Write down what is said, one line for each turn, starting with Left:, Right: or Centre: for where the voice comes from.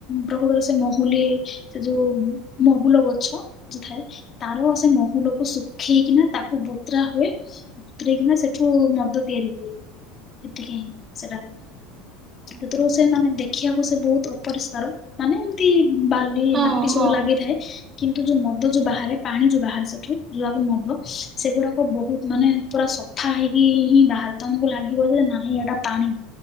Left: ପ୍ରକୃତରେ ସେ ମହୁଲି ସେ ଯୋଉ ମହୁଲ ଗଛ ଯୋଉ ଥାଏ। ତାର ସେ ମହୁଲକୁ ଶୁଖେଇ କିନା ତାକୁ ବତୁରା ହୁଏ। ଵତୁରେକିନ କିନା ସେଠୁ ମଦ ତିଆରି ହୁଏ, ଏତିକି ହିଁ ସେଟା। ସେଥିରୁ
Right: ଓହୋ
Left: ସେମାନେ ଦେଖିବାକୁ ସେ ବହୁତ ଅପରିଷ୍କାର ମାନେ ଏମତି ବାଲି
Right: ହଁ
Left: ମାଟି ସବୁ
Right: ହଁ।
Left: ଲାଗିଥାଏ। କିନ୍ତୁ ଯୋଉ ମଦ ଯୋଉ ବାହାରେ ପାଣି ଯୋଉ ବାହାରେ ସେଠୁ ଯଉଆକୁ ମଦ ସେଗୁଡାକ ବହୁତ ମାନେ। ପୁରା ସଫା ହେଇକି ହିଁ ବାହାରେ ତମକୁ ଲାଗିବ ଯେ ନାଇଁ ଏଟା ପାଣି